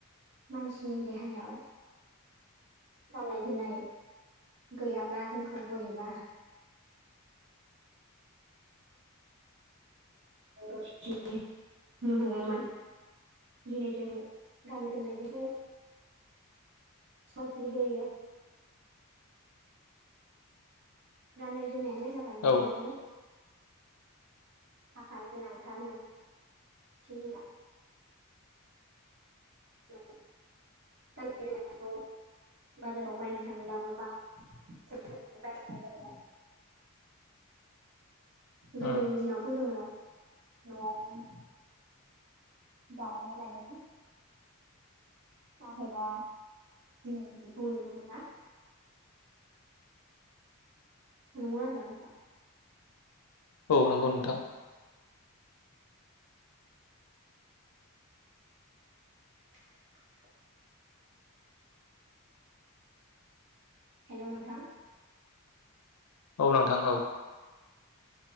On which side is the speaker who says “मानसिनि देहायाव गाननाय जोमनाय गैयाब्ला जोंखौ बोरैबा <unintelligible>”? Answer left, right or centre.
Right